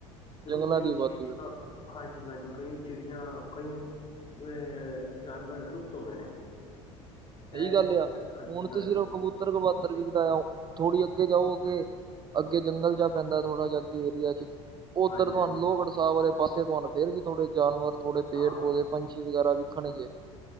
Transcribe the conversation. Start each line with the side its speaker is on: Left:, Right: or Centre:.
Left: ਦੇਖੋ
Right: ਜੰਗਲਾਂ
Left: ਕਈ
Right: ਦੀ ਆਬਾਦੀ
Left: ਚੀਜ਼
Right: ਵਧੇਗੀ
Left: ਹਾਂਜੀ-ਹਾਂਜੀ ਕਈ ਚਿੜੀਆਂ, ਕਈ ਅ ਜਾਨਵਰ ਲੁਪਤ ਹੋ ਗਏ ਨੇ।
Right: ਸਹੀ
Left: ਇਹ
Right: ਗੱਲ ਆ,
Left: ਗਲਤੀ
Right: ਹੁਣ
Left: ਕਰਕੇ
Right: ਤੇ ਸਿਰਫ ਕਬੂਤ ਬੂਤਰ ਕਵਾਤਰ ਵਿਖਦਾਇਆ, ਥੋੜ੍ਹੀ ਅੱਗੇ ਜਾਓਗੇ ਅੱਗੇ ਜੰਗਲ ਜਾ ਪੈਂਦਾ ਥੋੜਾ ਜਾ ਅੱਗੇ ਏਰੀਆ ਚ ਉੱਧਰ
Left: ਹਾਂਜੀ
Right: ਤੁਹਾਨੁ
Left: ਹਾਂਜੀ
Right: ਲੋਹਗੜ੍ਹ ਸਾਹਿਬ ਵਾਲੇ ਪਾਸੇ ਤੁਹਾਨੂੰ ਫਿਰ ਵੀ ਥੋੜੇ ਜਾਨਵਰ, ਥੋੜੇ ਪੇੜ-ਪੌਦੇ
Left: ਹਾਂ
Right: ਪੰਛੀ ਵਗੈਰਾ ਵਿਖਣਗੇ। <inaudible>